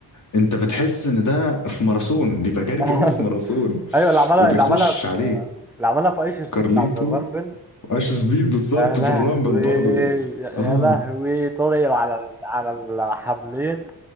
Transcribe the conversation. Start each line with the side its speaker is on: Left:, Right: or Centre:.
Left: انت بتحس ان ده في ماراثون بيبقى جاري
Centre: <laughs>
Left: كأنه في ماراثون
Centre: أيوه اللي عملها
Left: وبيخش
Centre: اللي عملها في
Left: عليك
Centre: اللي عملها في أيش سبيد
Left: كارليتو
Centre: بتاعت الرامبل
Left: عاش سبيد بالظبط
Centre: يا لهوي
Left: في الرامبل برضو
Centre: يا يا
Left: اه
Centre: لهوي طلع على على الحبلين